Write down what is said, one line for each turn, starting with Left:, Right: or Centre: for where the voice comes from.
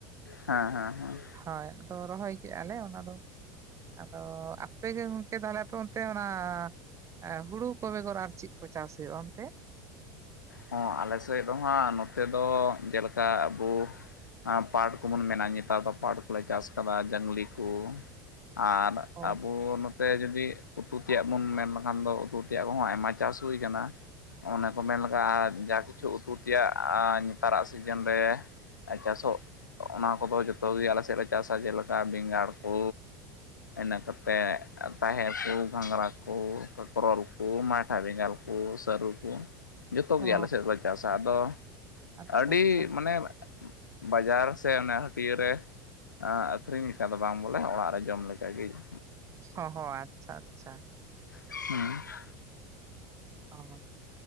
Left: ᱦᱟᱸ- ᱦᱟᱸ -ᱦᱟᱸ ᱾
Right: ᱦᱚᱭ, ᱟᱫᱚ ᱨᱚᱦᱚᱭ ᱠᱮᱜᱼᱟ ᱞᱮ ᱚᱱᱟ ᱫᱚ ᱾ ᱟᱫᱚ, ᱟᱯᱮ ᱜᱮ ᱜᱚᱝᱠᱮ ᱛᱟᱞᱦᱮ ᱟᱯᱮ ᱚᱱᱛᱮ ᱚᱱᱟ ᱮᱸ ᱦᱩᱲᱩ ᱠᱚ ᱵᱮᱜᱚᱨ ᱟᱨ ᱪᱤᱜ ᱠᱚ ᱪᱟᱥ ᱦᱳᱭᱳᱜᱼᱟ ᱚᱱᱛᱮ?
Left: ᱦᱚᱸ ᱟᱞᱮ ᱥᱮᱫ ᱫᱚ ᱦᱟᱸᱜ ᱱᱚᱛᱮ ᱫᱚ ᱡᱮᱞᱮᱠᱟ ᱟᱵᱳ ᱯᱟᱴ ᱠᱚᱵᱚᱱ ᱢᱮᱱᱟ ᱱᱮᱛᱟᱨ ᱫᱚ ᱯᱟᱴ ᱠᱚᱞᱮ ᱪᱟᱥ ᱠᱟᱫᱟ ᱡᱟᱝᱞᱤ ᱠᱩ ᱟᱨ
Right: ᱚ
Left: ᱟᱵᱳ ᱛᱮ ᱡᱚᱫᱤ ᱩᱛᱩ ᱛᱮᱭᱟᱜ ᱵᱚᱱ ᱢᱮᱱ ᱞᱮᱠᱷᱟᱱ ᱫᱚ ᱩᱛᱩ ᱛᱮᱭᱟᱜ ᱦᱚᱸ ᱟᱭᱢᱟ ᱪᱟᱥ ᱦᱩᱭ ᱟᱠᱟᱱᱟ ᱾ ᱚᱱᱮ ᱠᱚ ᱢᱮᱱ ᱞᱟᱜᱟᱜᱼᱟ ᱡᱟ ᱠᱤᱪᱷᱩ ᱩᱛᱩ ᱛᱮᱭᱟᱜ ᱱᱮᱛᱟᱨᱟᱜ ᱥᱤᱡᱮᱱ ᱨᱮ ᱟ ᱪᱟᱥᱚᱜ ᱚᱱᱟ ᱠᱚᱫᱚ ᱡᱚᱛᱚᱜᱮ ᱟᱞᱮ ᱥᱮᱫ ᱞᱮ ᱪᱟᱥᱟ ᱡᱮᱞᱮᱠᱟ ᱵᱮᱸᱜᱟᱲ ᱠᱚ ᱤᱱᱟᱹ ᱠᱟᱛᱮ ᱛᱟᱦᱮᱨ ᱠᱩ, ᱜᱷᱟᱸᱜᱽᱨᱟ ᱠᱩ, ᱠᱟᱠᱨᱚᱞ ᱠᱩ, ᱢᱟᱴᱷᱟ ᱵᱮᱸᱜᱟᱲ ᱠᱩ ᱥᱟᱹᱨᱩ ᱠᱩ ᱡᱚᱛᱚᱜ
Right: ᱚ
Left: ᱜᱮ ᱟᱞᱮ ᱥᱮᱫ ᱞᱮ ᱪᱟᱥᱟ ᱟᱫᱚ
Right: ᱟᱪᱪᱷᱟ
Left: ᱟᱹᱰᱤ
Right: ᱟᱪᱪᱷᱟ
Left: ᱢᱟᱱᱮ, ᱵᱟᱡᱟᱨ ᱥᱮ ᱚᱱᱟ ᱦᱟᱹᱴᱭᱟᱹ ᱨᱮ ᱟᱸ ᱟᱹᱠᱷᱨᱤᱧ ᱞᱮᱠᱟ ᱫᱚ ᱵᱟᱝ ᱵᱚᱞᱮ ᱚᱲᱟᱜ ᱨᱮ ᱡᱚᱢ ᱞᱮᱠᱟ ᱜᱮ ᱾
Right: ᱚ-ᱦᱚ, ᱟᱪ-ᱪᱷᱟ- ᱟᱪ-ᱪᱷᱟ ᱾
Left: ᱪᱤᱸ-, ᱦᱟᱸ-ᱦᱟᱸ-ᱦᱟᱸ <unintelligible> ᱦᱮᱸ ᱾
Right: ᱚ